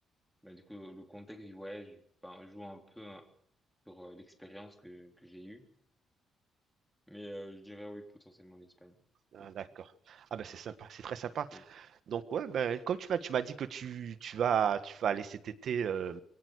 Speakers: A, in the centre; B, on the right.
A: bah, du coup, le contexte du voyage, ben, joue un peu hein, sur euh, l'expérience que, que j'ai eue. Mais euh, je dirais oui, potentiellement l'Espagne.
B: Ah,
A: C'est
B: d'accord.
A: ça.
B: Ah ben c'est sympa, c'est très sympa.
A: Oui.
B: Donc ouais, ben comme tu m'as tu m'as dit que tu, tu vas tu vas aller cet été euh,